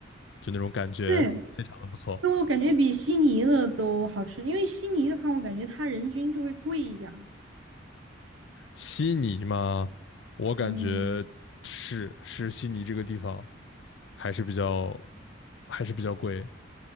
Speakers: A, on the left (about 65°); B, on the right (about 80°).
A: 就那种感觉非常的不错。
B: 对。那我感觉比悉尼的都好吃，因为悉尼的话，我感觉它人均就会贵一点儿。
A: 悉尼嘛，我感觉是是悉尼这个地方
B: 嗯，
A: 还是比较还是比较贵，